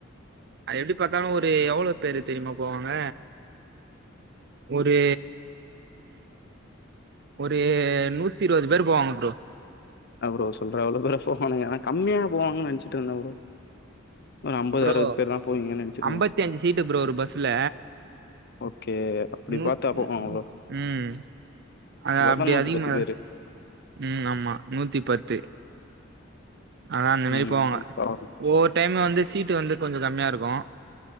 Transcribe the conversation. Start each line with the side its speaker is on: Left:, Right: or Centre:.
Right: அது எப்டி பாத்தாலு ஒரு எவ்ளோ பேரு தெரியுமா போவாங்க ஒரு ஒரு நூத்தி இருவது பேர் போவாங்க ப்ரோ
Left: அ ப்ரோ சொல்ற அவ்ளோ பேரா போவானுக நா கம்மியா போவாங்கனு நெனச்சுட்ருந்த ப்ரோ ஒரு
Right: ப்ரோ
Left: பேர் தான் போவீங்கன்னு நெனச்சிருந்தேன்.
Right: அம்பத்தி அஞ்சு சீட்டு ப்ரோ ஒரு பஸ்ல
Left: ஓகே. அப்படி
Right: நூத்தி
Left: பாத்தா அப்போ ப்ரோ.
Right: ம் அது
Left: பாத்தா
Right: அப்டி அதிகமா
Left: பேரு.
Right: ம் ஆமா நூத்தி பத்து அதா அந்தமாரி
Left: ம்.
Right: போவாங்க
Left: பரவால்ல.
Right: ஒவ்வொரு டைம் வந்து சீட்டு வந்து கொஞ்சோ கம்மி இருக்கு